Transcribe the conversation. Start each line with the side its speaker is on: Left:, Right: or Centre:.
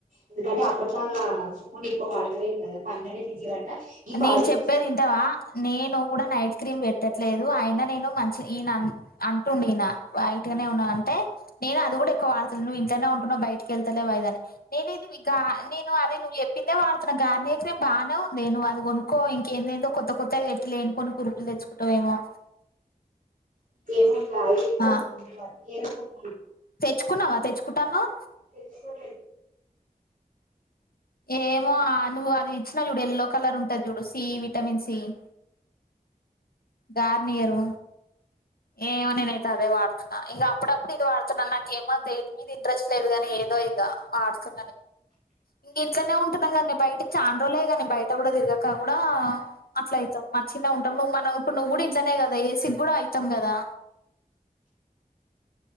Right: ఎందుకంటే అప్పట్లాగా ఫోన్ ఎక్కువ వాడతలేను కదా పనునే బిజీ పడ్డా ఈ కాలింగ్
Left: నేను చెప్పేది
Right: చేసి
Left: ఇంటవా నేను కూడా నైట్ క్రీమ్ పెట్టట్లేదు అయిన నేను మంచి ఈయన అంటుం ఈయన వైట్గానే ఉన్నాంటే నేను అది కూడా ఎక్కువ వాడతా నువ్వు ఇంట్లనే నెట్ ఉంటున్నావు బయటికిళ్తా వాయిదని నేనే ఇది నే అదే నువ్ చె <inaudible> నేను అది కొనుక్క ఇంకేనదేందో దో కొత్త కొత్త ఎట్టి లేనిపోని కురుకులు తెచ్చుకుంటావేమో <inaudible>
Right: <unintelligible>
Left: ఆ తెచ్చుకున్నావా తెచ్చుకుంటానవు
Right: తెచ్చుకుంట
Left: ఏమో నువ్వు అది ఇచ్చిన చూడు యేల్లో కలర్ ఉంటది చూడు సి విటమిన్ సి <inaudible> గార్నియర్ ఏమో నేనైతే అదే వాడుతున్నా ఇంక అప్పుడప్పుడు ఇది వాడుతున్నాను నాకేమేటి మీద ఇంట్రెస్ట్ లేదు గాని ఏదో ఇక ఆడుతుంద ఇంక ఇంట్లోనే ఉంటునా కడా బయటి చాండ్రోలే కా గాని బయట కూడా తిరగక కూడా అట్లా అవుతాం మంచిగా ఉంటాం నువ్వు మనం ఇప్పుడు నువ్వు కూడా ఇట్లానే కదా ఏసి కూడా అయితాం కదా